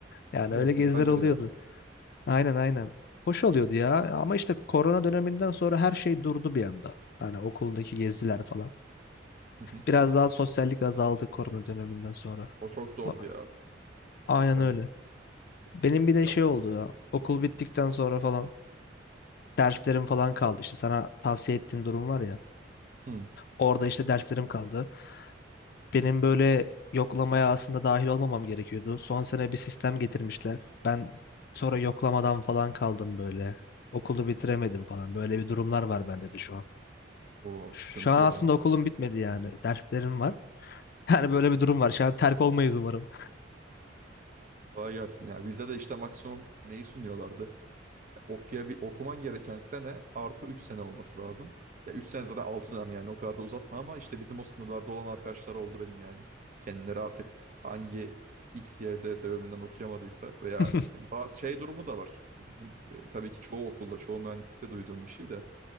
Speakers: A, on the left; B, on the right.
A: Yani
B: Oo,
A: öyle
B: güzeldir
A: geziler oluyordu.
B: ya.
A: Aynen aynen. Hoş oluyordu ya ama işte korona döneminden sonra her şey durdu bir anda. Hani okuldaki geziler falan.
B: Hı hı.
A: Biraz daha sosyallik azaldı korona döneminden sonra.
B: O çok zordu
A: A-
B: ya.
A: Aynen
B: Tabii.
A: öyle. Benim bir de
B: Ya
A: şey
B: okul.
A: oldu ya. Okul bittikten sonra falan derslerim falan kaldı işte sana tavsiye ettiğim durum var ya.
B: Hı.
A: Orada işte derslerim kaldı. Benim böyle yoklamaya aslında dahil olmamam gerekiyordu. Son sene bir sistem getirmişler. Ben sonra yoklamadan falan kaldım böyle. Okulu bitiremedim falan. Böyle bir durumlar var bende de şu an.
B: O
A: Şu
B: sıkıntı
A: an
B: ya.
A: aslında okulum bitmedi yani. Derslerim var. <laughs> Yani böyle bir durum var. Şu an terk olmayız umarım.
B: Kolay gelsin ya. Bizde de işte maksimum neyi sunuyorlardı? Okuya okuman gereken sene artı 3 sene olması lazım. Ya 3 sene zaten 6 dönem yani o kadar da uzatma ama işte bizim o sınırlarda olan arkadaşlar oldu benim yani. Kendileri artık hangi X, Y, Z sebebinden okuyamadıysa veya
A: <laughs>
B: yani bazı şey durumu da var. Yani bizim e, tabii ki çoğu okulda, çoğu mühendislikte duyduğum bir şey de